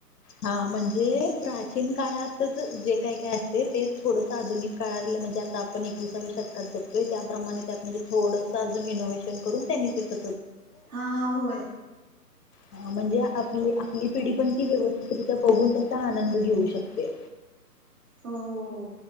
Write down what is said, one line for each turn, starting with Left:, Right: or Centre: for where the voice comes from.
Left: हा म्हणजे प्राचीन काळातच जे काय काय असते तेच थोडस आधुनिक काळातले म्हणजे आता आपण एकविसाव्या शतकात जतोय त्याप्रमाणे त्यात म्हणजे थोडस अजून इनोव्हेशन करून त्यांनी ते त
Right: हा हा होय
Left: हा म्हणजे आपली आपली पिढी पण ती व्यवस्थितरित्या बघून त्याचा आनंद घेऊ शकते
Right: ह हो हो